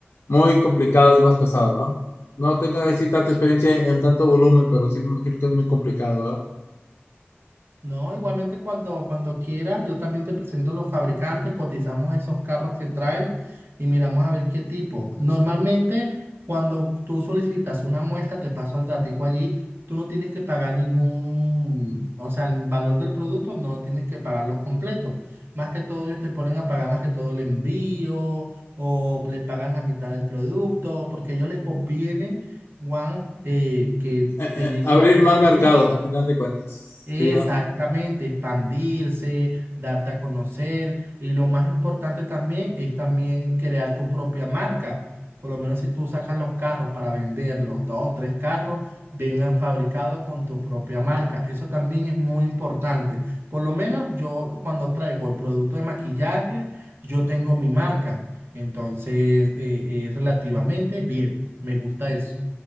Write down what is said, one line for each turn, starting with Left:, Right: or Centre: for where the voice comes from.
Left: muy complicado y más pesado, ¿no? No tengo así tanta experiencia en, en tanto volumen, pero sí me imagino que es muy complicado, ¿verdad?
Right: No, igualmente cuando, cuando quieras, yo también te presento los fabricantes, cotizamos esos carros que traes y miramos a ver qué tipo. Normalmente, cuando tú solicitas una muestra, te paso el datico allí, tú no tienes que pagar ningún, o sea, el valor del producto no tienes que pagarlo completo. Más que todo, ellos te ponen a pagar más que todo el envío o le pagas la mitad del producto, porque a ellos les conviene, Juan, eh, que
Left: Eh,
Right: te
Left: eh,
Right: llegue
Left: abrir
Right: la mercancía
Left: más mercados, a final de cuentas,
Right: Exactamente,
Left: sí, ¿verdad?
Right: expandirse, darte a conocer y lo más importante también es también crear tu propia marca. Por lo menos si tú sacas los carros para venderlos, dos, tres carros, vengan fabricados con tu propia marca. Eso también es muy importante. Por lo menos yo cuando traigo el producto de maquillaje, yo tengo mi marca. Entonces, eh, eh, relativamente bien, me gusta eso.